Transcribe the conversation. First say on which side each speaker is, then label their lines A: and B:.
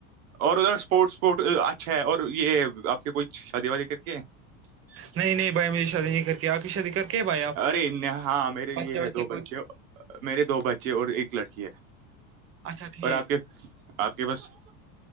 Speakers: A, on the right; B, on the right.
A: اور ادھر اسپورٹ اسپورٹ اچھا ہے اور یہ آپ کی کوھ شادی وادی کر کے
B: <inaudible> نہیں نہیں بھائی مجے شادی نہیں کر کے آپ کی شادی کر کے بھائی آپچھےے
A: ارے نہ- ہاں میرے یہ ہے دو بچے
B: کچھ
A: میرے دو بچے اور ایک لڑکی ہے
B: اچھا ٹھیک
A: اور آپ کے آپ کے بس س